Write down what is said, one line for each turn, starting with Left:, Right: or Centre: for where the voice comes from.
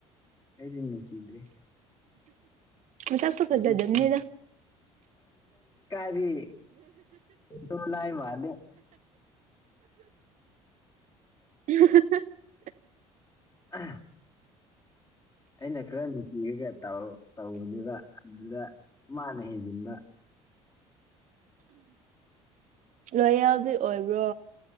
Left: ꯑꯩꯗꯤ ꯅꯨꯡꯁꯤꯗ꯭ꯔꯦ
Right: ꯃꯁꯛꯁꯨ
Left: ꯍꯧꯖꯤꯛꯇꯤ
Right: ꯐꯖꯗꯝꯅꯤꯗ
Left: ꯀꯔꯤ <unintelligible> ꯃꯥꯂꯦ
Right: ꯑꯍꯥ ꯍꯥ
Left: ꯑꯥ ꯑꯩꯅ ꯈꯔ ꯅꯨꯡꯁꯤꯌꯦꯒꯦ ꯇꯧ ꯇꯧꯕꯅꯦꯕ ꯑꯗꯨꯗ ꯃꯥꯅ ꯍꯦꯟꯖꯤꯟꯕ
Right: ꯂꯣꯏꯌꯦꯜꯗꯤ ꯑꯣꯏꯕ꯭ꯔꯣ